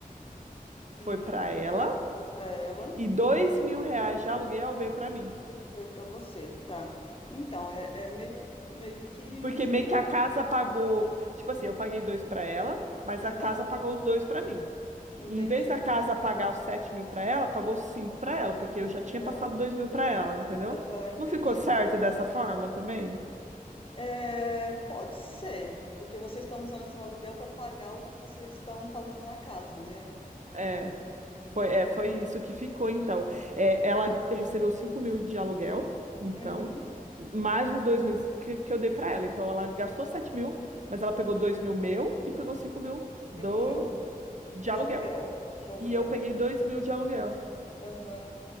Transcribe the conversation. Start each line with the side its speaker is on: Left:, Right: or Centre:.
Left: uhum.
Right: foi para ela
Left: Foi para ela.
Right: e dois mil reais de aluguel veio para mim.
Left: Foi pra você, tá. Então, é, é meio, meio que injusto.
Right: Porque meio que a casa pagou, tipo assim, eu paguei dois para ela, mas
Left: Aham,
Right: a casa pagou os dois para mim.
Left: entendi.
Right: E em vez da casa pagar os sete mil para ela, pagou os cinco para ela, porque eu já tinha
Left: para
Right: passado
Left: ela.
Right: dois mil para ela, entendeu?
Left: Aham, entendi.
Right: Não ficou certo dessa forma também?
Left: É, pode ser, porque vocês estão usando assim, o aluguel para pagar o que vocês estão fazendo na casa, né?
Right: É.
Left: Aham.
Right: Foi, é, foi isso que ficou, então. É, ela recebeu cinco mil de aluguel, então,
Left: Uhum.
Right: mais os dois meses que, que eu dei para ela. Então, ela gastou sete mil, mas ela pegou dois mil meu e pegou cinco mil do,
Left: 5 mil
Right: de
Left: do
Right: aluguel.
Left: aluguel. Do aluguel.
Right: E eu peguei dois mil de aluguel.
Left: Aham.